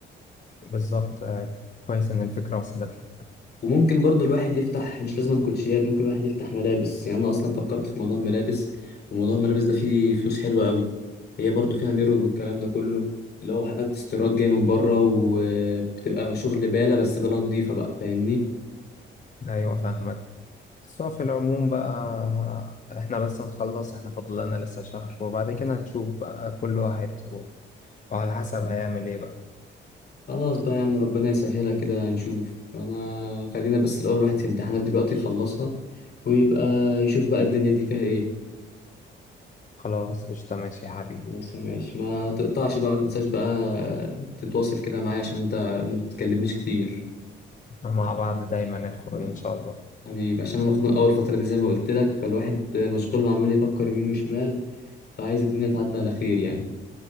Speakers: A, on the left; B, on the left.
A: بالظبط آه كويس إن الفكرة وصلت لك
B: وممكن برضو الواحد يفتح مش لازم كوتشيات ممكن الواحد يفتح ملابس يعني انا اصلا فكرت في موضوع الملابس وموضوع الملابس ده فيه فلوس حلوة قوي هي برضو فيها ميرور والكلام ده كله اللي هو حاجات استيراد جاية من بره وبتبقى شغل بالة بس بالة نضيفة بقى فاهمني
A: أيوة فاهمك بس هو في العموم بقى إحنا بس نخلص إحنا فاضل لنا لسه شهر وبعد كده هنشوف بقى كل واحد وعلى حسب هيعمل إيه بقى
B: خلاص بقى يا عم ربنا يسهلها كده نشوف انا خلينا بس الاول الواحد في امتحانات دلوقتي يخلصها ويبقى يشوف بقى الدنيا دي فيها ايه
A: خلاص قشطة ماشي يا حبيبي
B: بس ماشي ما تقطعش بقى ما تنساش بقى تتواصل كده معايا عشان انت ما بتكلمنيش كتير
A: مع بعض دايما يا اخوي
B: مم.
A: ان شاء الله
B: حبيبي عشان انا مخنوق اول فتره دي زي ما قلت لك فالواحد مشغول ما عمال يفكر يمين وشمال فعايز الدنيا تعدي على خير يعني